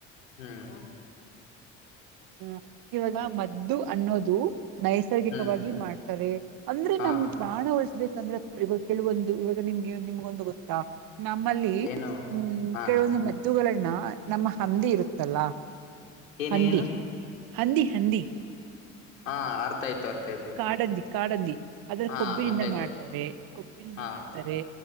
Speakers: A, on the left; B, on the right.
A: ಹ್ಮ್
B: ಹ್ಮ ಇವಾಗ ಮದ್ದು ಅನ್ನೋದು ನೈಸ್ ನೈಸರ್ಗಿಕವಾಗಿ
A: ಹ್ಮ್
B: ಮಾಡ್ತಾರೆ ಅಂದ್ರೆ
A: ಹಾ
B: ನಮ್ ಪ್ರಾಣ ಉಳಿಸಬೇಕಂದ್ರೆ ಇವಾಗ ಕೆಲವೊಂದು ಇವಾಗ ನಿಮ್ಗೆ ನಿಮ್ಗೊಂದು ಗೊತ್ತಾ ನಮ್ಮಲ್ಲಿ
A: ಏನು
B: ಹ್ಮ್
A: ಹಾ
B: ಕೆಲವೊಂದು ಮದ್ದುಗಳನ್ನ ನಮ್ಮ ಹಂದಿ ಇರುತ್ತಲ್ಲ
A: ಏನು
B: ಹಂದಿ
A: ಏನು
B: ಹಂದಿ ಹಂದಿ
A: ಹಾ ಅರ್ಥ ಆಯ್ತು ಅರ್ಥ ಆಯ್ತು
B: ಕಾಡಂದಿ ಕಾಡಂದಿ ಅದ್ರ
A: ಹಾ
B: ಕೊಬ್ಬಿನಿಂದ
A: ಗೊತ್ತಾಯ್ತು
B: ಮಾಡ್ತಾರೆ ಕೊಬ್ಬಿನಿಂದ
A: ಹಾ
B: ಮಾಡ್ತಾರೆ